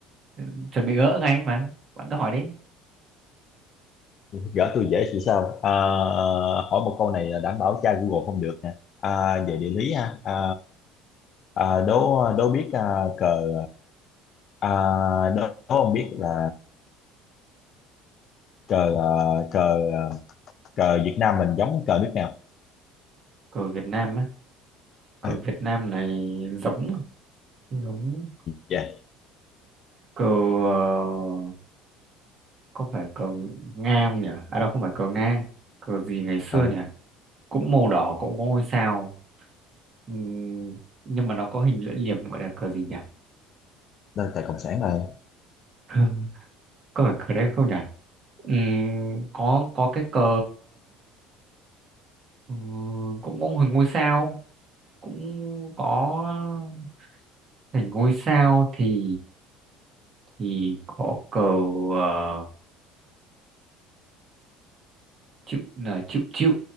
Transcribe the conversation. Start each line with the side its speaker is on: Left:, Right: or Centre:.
Right: ừ, chuẩn bị gỡ ngay mà bạn cứ hỏi đi
Left: gỡ tôi dễ thì sao à, hỏi một câu này là đảm bảo tra Google không được nè à, về địa lý ha à, à, đố đố biết à, cờ à, đố đố không biết là cờ à, cờ à, cờ Việt Nam mình giống cờ nước nào
Right: cờ Việt Nam á cờ
Left: à,
Right: Việt Nam này giống giống
Left: dạ
Right: cờ ờ, có phải cờ Nga không nhỉ à đâu không phải cờ Nga cờ gì ngày xưa
Left: không
Right: nhỉ cũng màu đỏ cũng có ngôi sao Ừm, nhưng mà nó có hình lưỡi liềm gọi là cờ gì nhỉ
Left: đó là cờ cộng sản rồi
Right: <laughs> có phải cờ đấy không nhỉ Ừm, có có cái cờ ừm, cũng có hình ngôi sao cũng có hình ngôi sao thì thì có cờ ờ, chữ là chữ chữ